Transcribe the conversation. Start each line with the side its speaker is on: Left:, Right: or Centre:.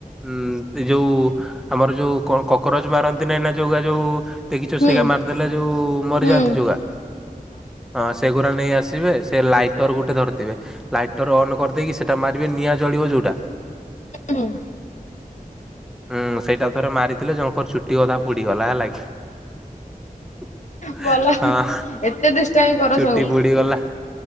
Centre: ଉଁ ଏ ଯୋଉ। ଆମର ଯୋଉ କଣ କକରୋଯ ମାରନ୍ତି ନାଇଁ ନା ଯୋଉା ଯୋଉ ଦେଖିଛ
Left: ହୁଁ
Centre: ସେଇଗା ମାରିଦେଲେ ଯୋଉ ମରିଯାଆନ୍ତି
Left: ହୁଁ
Centre: ଯଉଗା ହଁ। ସେଗୁଡ଼ା ନେଇ ଆସିବେ ସେ ଲାଇଟର ଗୋଟେ ଧରିଥିବେ ଲାଇ ଟର୍ ଅନ୍ କରିଦେଇି ସେଟା ମାରିବେ ନିଆଁ ଜଳିବ ଯେଉଁଟା
Left: ହୁଁ
Centre: ଉୁଁ ସେଇଟା ଥରେ ମାରିଥିଲେ ଜଣଙ୍କର ଚୁଟି ଅଧା ପୁଡିଗଲା ହେଲା କିି? <inaudible>
Left: ଭଲ
Centre: ହଁ
Left: ଏତେ ଦୁଷ୍ଟାମି କର
Centre: ଚୁଟି
Left: ସବୁ
Centre: ପୁଡିଗଲା